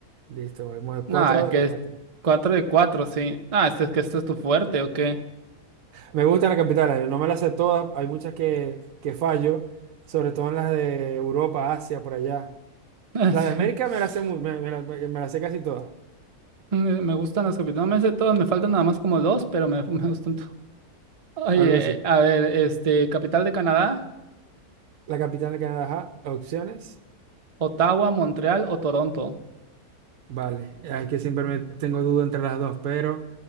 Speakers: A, on the right (about 70°); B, on the right (about 40°).
A: listo, vamos de cuatro
B: No, es
A: de
B: que
A: cuatro.
B: es 4 de cuatro, sí. Ah, este es que esto es tu fuerte, ¿o qué?
A: Me gustan las capitales, no me las sé todas. Hay muchas que, que fallo, sobre todo en las de Europa, Asia, por allá.
B: <laughs>
A: Las de América me
B: Sí.
A: las sé, mu- me, me las me las sé casi todas.
B: Me me gustan las capitales, no me sé todas, me faltan nada más como dos, pero me, <laughs> me gustan. to- Oye,
A: Algo así.
B: eh, a ver, este, capital de Canadá,
A: La capital de Canadá, ajá. Opciones.
B: Ottawa, Montreal o Toronto.
A: Vale. Es que siempre me tengo duda entre las dos, pero